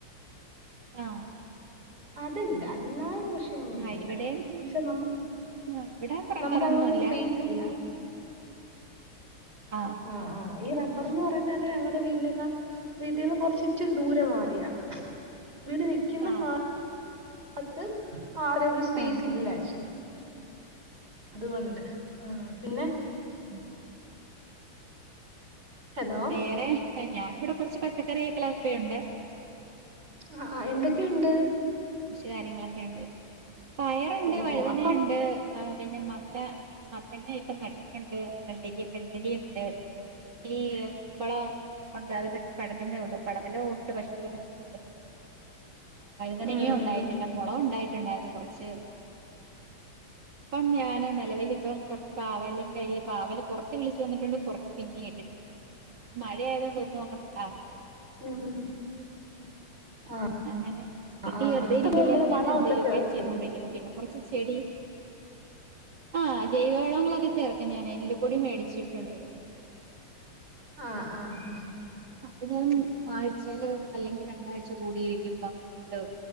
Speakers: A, on the right (about 55°); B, on the right (about 30°).
A: അഹ്
B: അതിണ്ട് അല്ലാ കൃഷിയൊന്നുല്ല
A: ആഹ് ഇവിടെയും
B: പക്ഷെ നമ്മക്ക്
A: ആഹ് ഇവിടെ റബ്ബറൊന്നുല്ല
B: നമുക്കങ്ങനെ ഒരു സ്പേയ്സ് ഇല്ല
A: ആഹ്
B: ആ ആ ഈ റബ്ബർ എന്ന് പറയുന്നേനെ ഞങ്ങളടെ വീട്ടിനേക്കാ വീട്ടിന്ന് കൊറച്ച് ഇച്ചി ദൂരെ മാറിയാ വീട് നിക്കുന്ന
A: ആഹ്
B: ഫാ പത്ത് ആ ഒരു ഒരു സ്പേസ്
A: ആഹ്
B: ഇല്ല ആക്ച്വലി അതുകൊണ്ട് ആ പിന്നെ
A: ഉം
B: ഹലോ
A: വേറെ എ ഞാനിവിടെ കുറച്ച് പച്ചക്കറിക്കളക്കെയുണ്ട്
B: ആ ആ എന്തൊക്കെയുണ്ട്
A: കാര്യങ്ങളൊക്കെ ഉണ്ട് പയറുണ്ട്,
B: ഓ
A: വഴുതനുണ്ട്
B: ഓ അപ്പം
A: അ പിന്നെ മത്ത മത്തങ്ങന ഇപ്പം നട്ടിട്ടുണ്ട് വെള്ളരി വെള്ളരിുണ്ട് ഈ കുമ്പളം ഉണ്ട് അത് പക്ഷെ പടകുന്നേ ഉള്ളൂ പടകലോ ഉണ്ട് പക്ഷെ അതിലൊന്നും <inaudible> ആ വഴുതനങ്ങയും
B: ഉം
A: ഉണ്ടായി
B: ഉം
A: പിന്ന മുള ഉണ്ടായി ഉണ്ടായിരുന്നു കുറച് ഇപ്പം ഞാന് നിലവിൽ ഇപ്പം കുറച്ച് പാവല ഇ പാവൽ കുറ വിളിച് വന്നിട്ടുണ്ട് കുറച്ച് പിന്നെ <unintelligible> മഴ ആയതോണ്ട് ഒന്നും അങ്ങോട്ടുണ്ടാ
B: ഉം ഉം. ആ
A: അങ്ങനെ വീട്ടി
B: ആ
A: വെറുതെ
B: ആ
A: ഇരിക്കില്ലേന്ന്
B: അത് നമ്മള്
A: കണ്ട്
B: വളമൊക്കെ
A: എന്തേലുമ
B: ചേർക്കും
A: ഒക്കെ ചെയ്തോണ്ടിരിക്കുന്നു പിന്നെ കൊറച്ച് ചെടി ആ ജൈവളങ്ങളൊക്കെ ചേർ ഞാൻ എല്ലു പൊടി മേടിച്ചിട്ടുണ്ട്
B: ആഹ ആ ആ
A: അതിന ആഴ്ചൽ അല്ലെങ്കിൽ രണ്ടാഴ്ച കൂടിയിരിക്കുമ്പം ഇട്ട്